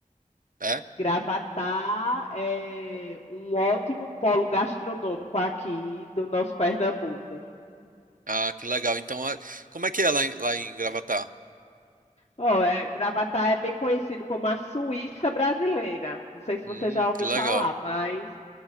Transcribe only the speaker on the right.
É?
Ah, que legal. Então, é- como é que é lá em, lá em Gravatá?
Hum,
que legal.